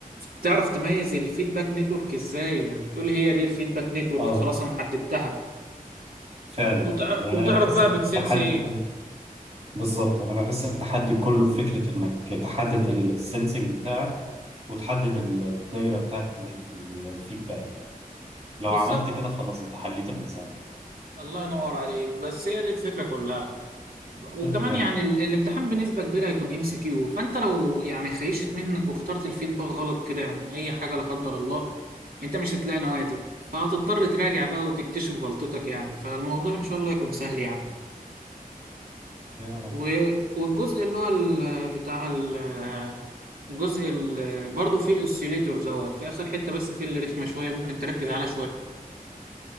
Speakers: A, on the right; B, on the right.
A: تعرف تميز الفيدباك نتورك ازاي يعني تقول هي دي الفيدباك نتورك
B: آه
A: خلاص انا حددتها
B: فعلا
A: وتعرف,
B: فعلا يعني
A: وتعرف
B: انا بحس
A: بقى
B: التحدي
A: بتسنس ايه
B: كله بالظبط انا بحس التحدي كله في فكره انك تحدد السنسنج بتاعك وتحدد الدايره بتاعت ال- ال- الفيدباك لو
A: بالظبط
B: عملت كده خلاص انت حليت المساله
A: الله ينور عليك بس هي دي الفكرة كلها وكمان
B: فاهم
A: يعني ال- الامتحان بنسبة كبيرة هيكون ام سي كيو فانت لو يعني خيشت منك واخترت الفيدباك غلط كده يعني اي حاجة لا قدر الله انت مش هتلاقي نواتج فهتضطر تراجع بقى وتكتشف غلطتك يعني فالموضوع ان شاء الله يكون سهل يعني
B: يا رب.
A: و- والجزء اللي هو ال- بتاع ال- الجزء ال- برضه فيه الاوسيليتور دوت في اخر حته بس فيه اللي رخمه شويه ممكن تركز عليها شويه